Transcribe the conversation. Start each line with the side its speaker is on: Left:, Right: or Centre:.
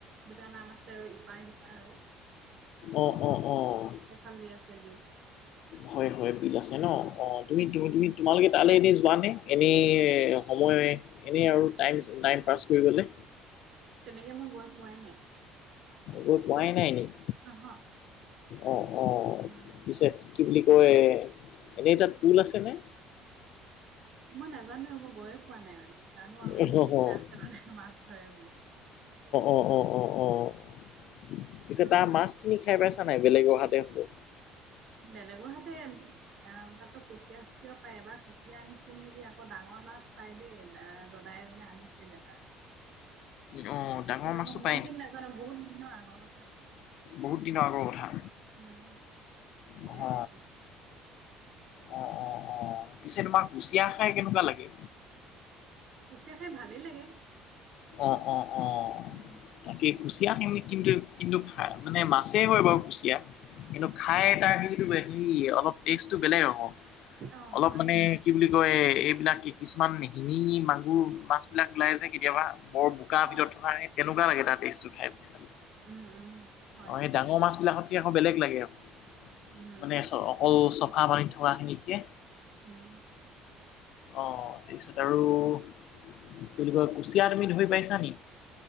Right: দুটা নাম আছে আৰু ইপাৰ সিপাৰ আৰু
Left: অ',
Right: উ
Left: অ', অ',
Right: সখন বি আছে বি
Left: হয় হয় বিল আছে ন অ তুমি তুমি তোমালোকে তালৈ এনেই যোৱানে এনেই সময় এনেই আৰু টাইম নাইম প পাছ কৰিবলৈ
Right: তেনেকে মই গৈ পোৱাই নাই
Left: গৈ পোৱাই নাই নক
Right: অহ
Left: অ অ
Right: উম
Left: পিছে কি বুলি কয় এনেই তাত পুল আছে নে
Right: মই নাজানো মই মোৰ বয়স কোৱা নাই মানে জানো আৰু
Left: অ',
Right: যে
Left: অ',
Right: বিল
Left: অ',
Right: এটা আছে মানে মাছ ধৰে বুলি
Left: অ', অ', অ'। অ'। পিছে
Right: উম
Left: তাৰ মাছখিনি খাই পাইছা নাই বেলেগ অহাতে হলে
Right: বেলেগৰ হাতে অ তাতো কুচিয়া কুচিয়া পায় এবাৰ কুচিয়া আনিছিল নেকি আকৌ ডাঙৰ মাছ পাই দেই দদাই এজনে আনিছিল এবাৰ
Left: অ ডাঙৰ
Right: কিন্তু
Left: মাছটো
Right: মই ইমান
Left: পায়
Right: খিনি
Left: নি
Right: নাজানো বহুত দিনৰ আগৰ কথা
Left: বহুত দিনৰ আগৰ কথা
Right: উম তেতিয়া
Left: অ
Right: খাইছিলোঁ।
Left: অ' অ' অ' পিছে তোমাৰ কুচিয়া খাই কেনেকুৱা লাগে?
Right: কুচিয়া খাই ভালেই লাগে।
Left: অ' অ' অ'
Right: উম।
Left: তাকে কুচিয়াখিনি কিন্তু, কিন্তু মানে মাছেই হয় বাৰু কুচিয়া। কিন্তু খাই তাৰ সেইটো হেৰি অলপ টেষ্টটো বেলেগ আক'।
Right: অ
Left: অলপ
Right: হয়
Left: মানে কি বুলি কয়, এইবিলাক কিছুমান শিঙি-মাগুৰ মাছবিলাক ওলাই যে কেতিয়াবা বৰ বোকাৰ
Right: অ
Left: ভিতৰত থকা সেই তেনেকুৱা লাগে তাৰ টেষ্টটো খাই পিনে, খালে।
Right: উম উম হয়
Left: অ' সেই ডাঙৰ মাছবিলাকতকে আকৌ, বেলেগ লাগে আকৌ।
Right: উম
Left: মানে অকল চফা পানীত থকাখিনিতকে।
Right: উম
Left: অ' তাৰপিছত আৰু কি বুলি কয়, কুচিয়া। তুমি ধুই পাইছানি?